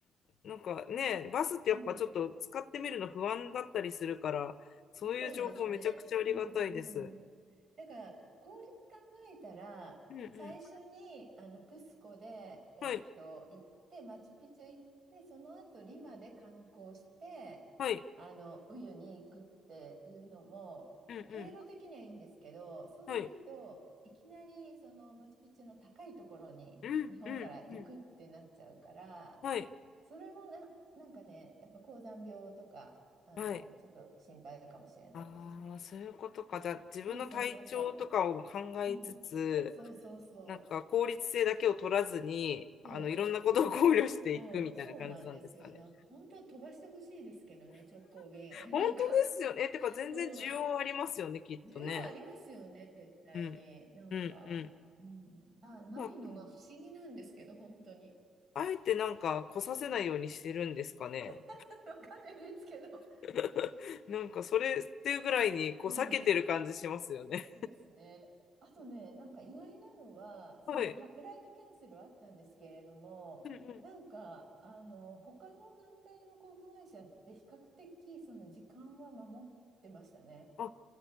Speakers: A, on the left (about 60°); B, on the right (about 45°).
A: うん。なんかね、バスってやっぱちょっと使ってみるの不安だったりするから、
B: うん
A: そういう情報めちゃくちゃありがたいです。
B: そうですね。うん、うん。だから、効率考えたら、
A: うんうん。
B: 最初にあのクスコで、えーっと、
A: はい、
B: 行って、マチュピチュ行って、その後リマで観光して、
A: はい、
B: あの、ウユに行くっていうのも、
A: うんうん。
B: 経路的にはいいんですけど、そうすると、
A: はい、
B: いきなりそのマチュピチュの高いところに日本から行くってなっちゃうから、
A: うんうんうん。はい、
B: それもな、なんかね、やっぱ高山病とか、あの、
A: はい。
B: ちょっと心配かもしれないです。
A: ああ、そういうことか。じゃあ自分の体調とかを考えつつ、
B: そうそうそうそう。うん。そうそうそうそ
A: なんか効率性だけを取らずに、
B: う。
A: あの、
B: そ
A: いろんなことを考慮していくみたいな感じなんですかね。
B: う。うん、そうなんですよ。なんか本当飛ばしてほしいですけどね、直行便。
A: 本当ですよね。
B: <laughs> なんか、
A: え、てか全然需要ありますよね、
B: うん。
A: きっとね。
B: 需要ありますよね、絶対に。
A: うん。
B: なんか、
A: うん、うん。
B: うん、な、ないのが不思議なんですけど、
A: そうだったんだ
B: 本当に。
A: あえてなんか来させないようにしてるんですかね。
B: <laughs> わかんないですけど。
A: <laughs> なんかそれっていうぐらいにこう避けてる感じしますよね。
B: うん。そうですね。あとね、なんか意外なのは、その、
A: はい。
B: まあ、フライトキャンセルはあったんですけれども、
A: うんうん。
B: なんか、あの、他の南米の航空会社って比較的、その時間は守ってましたね。
A: あ、